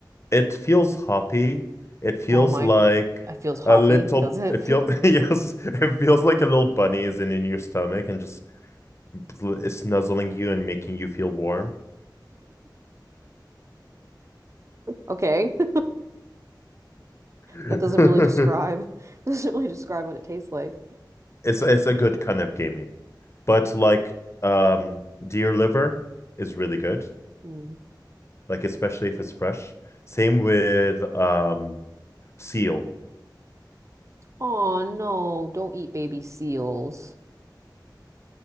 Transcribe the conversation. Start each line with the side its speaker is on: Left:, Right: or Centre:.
Left: It feels hoppy. It feels
Right: Oh my,
Left: like
Right: it feels hoppy,
Left: a little,
Right: does it?
Left: it feels
Right: <laughs>
Left: <laughs> yes, it feels like a little bunny is in, in your stomach and just snuzzling you and making you feel warm.
Right: Okay. <laughs>
Left: <laughs>
Right: That doesn't really describe <laughs> doesn't really describe what it tastes like.
Left: It's it's a good kind of gamey. But like um deer liver is really good.
Right: Mm.
Left: Like especially if it's fresh. Same with um seal,
Right: Oh no, don't eat baby seals.